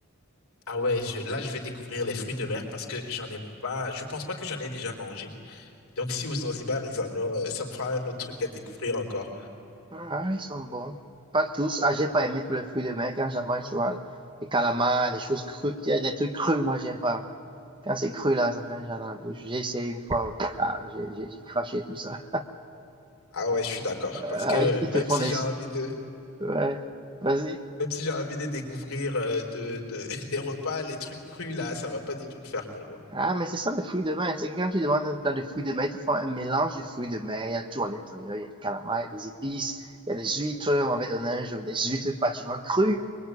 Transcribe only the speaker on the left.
Ah ouais, je, là je vais découvrir les fruits de mer parce que j'en ai pas, je pense pas que j'en ai déjà mangé. Donc si au Zanzibar ils en ont, euh, ça me fera un autre truc à découvrir encore.
Ah ouais, je suis d'accord.
Parce que
même
si
j'ai envie de,
même si j'ai envie de découvrir euh, de, de- <laughs> des repas, les trucs crus là, ça va pas du tout le faire pour moi.